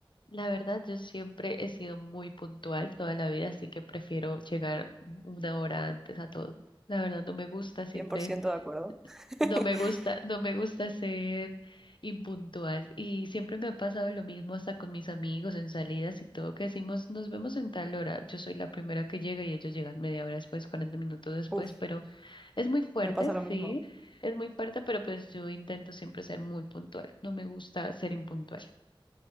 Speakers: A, on the left; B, in the centre.
A: La verdad, yo siempre he sido muy puntual toda la vida, así que prefiero llegar una hora antes a todo. La verdad, no me gusta siempre.
B: cien por ciento de acuerdo. <laughs>
A: No me gusta, no me gusta ser impuntual y siempre me ha pasado lo mismo hasta con mis amigos en salidas y todo que decimos nos vemos en tal hora. Yo soy la primera que llega y ellos llegan media hora después, 40 minutos después,
B: Uf,
A: pero es muy fuerte,
B: me pasa
A: sí,
B: lo mismo.
A: es muy fuerte, pero pues yo intento siempre ser muy puntual. No me gusta ser impuntual.